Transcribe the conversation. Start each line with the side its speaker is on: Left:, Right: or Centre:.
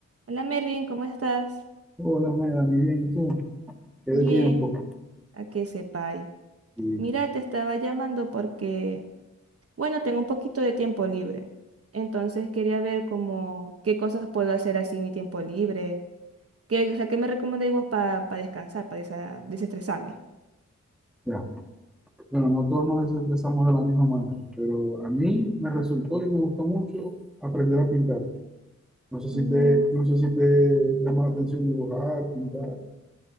Right: Hola Mervin, ¿cómo estás?
Centre: Hola, Melanie, bien, ¿y tú? Qué
Right: Bien,
Centre: de tiempo.
Right: a que sepáis.
Centre: Y
Right: Mira, te estaba llamando porque, bueno, tengo un poquito de tiempo libre. Entonces quería ver como qué cosas puedo hacer así en mi tiempo libre. ¿Qué, o sea, qué me recomendáis vos para descansar, para desestresarme?
Centre: ya, bueno, no todos nos desestresamos de la misma manera, pero a mí me resultó y me gustó mucho aprender a pintar. No sé si
Right: Mm,
Centre: te, no sé si te llama la atención dibujar, pintar.